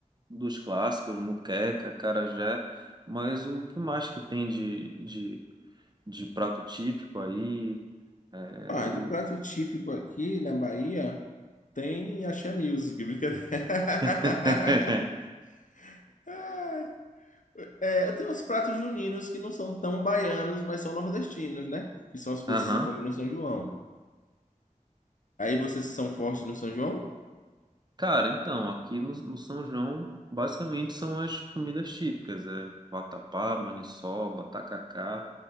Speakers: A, on the right (about 30°); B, on the left (about 70°).
A: dos clássicos, muqueca, acarajé, mas o que mais que tem de, de, de prato típico aí? É,
B: Ah,
A: o...
B: de prato típico aqui na Bahia tem axé music, brincadeira.
A: <laughs>
B: <laughs> Ai, É, tem uns pratos juninos que não são tão baianos, mas são nordestinos, né? Que são as coisas
A: Aham.
B: que se comem no São João. Aí vocês são fortes no São João?
A: Cara, então, aqui no, no São João, basicamente são as comidas típicas, é vatapá, maniçoba, tacacá,